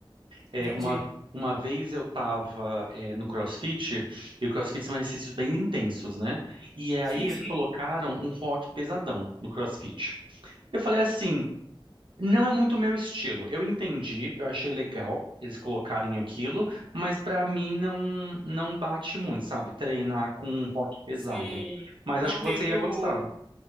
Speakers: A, on the right; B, in the centre.
A: É,
B: Entendi.
A: uma, uma vez eu tava, é, no CrossFit, e o CrossFit são exercícios bem intensos, né? E aí
B: Sim,
A: eles
B: sim.
A: colocaram um rock pesadão no CrossFit. Eu falei assim. Não é muito o meu estilo. Eu entendi, eu achei legal eles colocarem aquilo, mas pra mim não não bate muito, sabe? Treinar com um rock pesado.
B: Sim.
A: Mas
B: Não
A: acho que você
B: teve
A: ia gostar.
B: o.